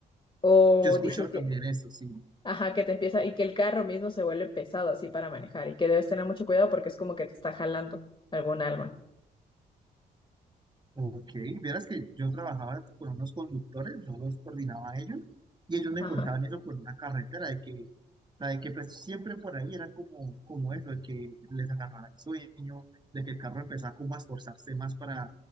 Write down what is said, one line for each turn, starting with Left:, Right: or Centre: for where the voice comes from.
Left: o
Right: Yo he escuchado
Left: dice que,
Right: también eso, sí.
Left: ajá, que te empieza, y que el carro mismo se vuelve pesado así para manejar, y que debes tener mucho cuidado porque es como que te está jalando algún alma.
Right: Ok, vieras que yo trabajaba con unos conductores, yo los coordinaba a ellos y ellos me
Left: Ajá.
Right: contaban eso por una carretera, de que, o sea, de que pues, siempre por ahí era como, como eso, de que les agarraba el sueño, de que el carro empezaba como a esforzarse más para,